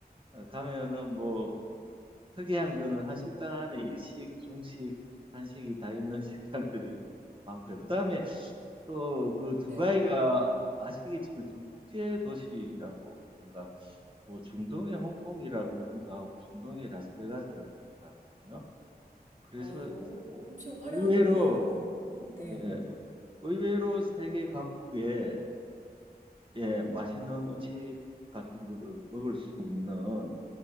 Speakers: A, on the right (about 30°); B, on the right (about 50°).
A: 어, 가면은 뭐 특이한 거는 한 식당 안에 일식, 중식, 한식이 다 있는 <laughs> 식당들이 많고요. 그다음에 또 그 두바이가
B: 네.
A: 아시겠지만 좀 국제 도시라고 제가 뭐 중동의 홍콩이라고 그러기도 하고 중동의 라스베가스라고 그러기도 하거든요. 그래서
B: 어, 엄청 화려한가
A: 의외로
B: 보네요. 오, 네.
A: 네 의외로 세계 각국에 예 맛있는 음식 같은 거를 먹을 수 있는